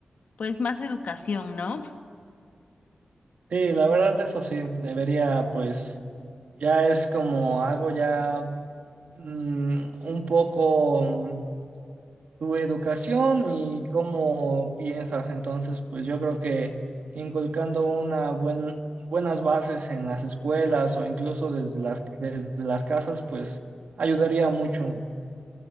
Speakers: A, on the left; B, on the right.
A: pues más educación, ¿no?
B: Sí, la verdad eso sí, debería pues... Ya es como algo ya mm, un poco mm, tu educación y cómo piensas. Entonces, pues yo creo que inculcando una buen- buenas bases en las escuelas o incluso desde las, desde las casas, pues ayudaría mucho.